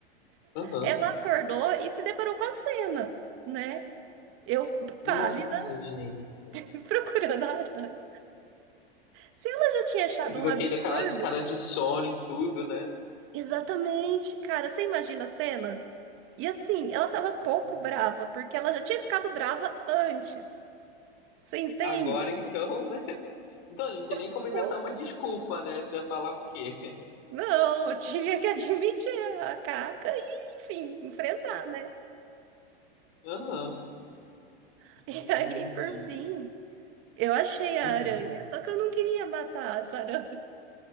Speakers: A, on the left; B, on the right.
A: Aham.
B: ela acordou e se deparou com a cena, né? Eu, pálida,
A: Nossa, gente.
B: <laughs> procurando a aranha. Se ela já tinha achado
A: Com
B: um
A: aquele
B: absurdo,
A: aquela de cara de sono e tudo, né?
B: Exatamente, cara. Você imagina a cena? E assim, ela tava pouco
A: Nossa.
B: brava, porque ela já tinha ficado brava antes. Você entende?
A: Agora então, né? Então, não tem nem como
B: Ficou-
A: inventar uma desculpa, né? Você ia falar o quê?
B: Não, eu tinha que admitir a caca e, enfim, enfrentar, né?
A: Aham.
B: <laughs> E
A: Gente.
B: aí, por fim, eu achei a
A: Uhum.
B: aranha. Só que eu não queria matar essa aranha,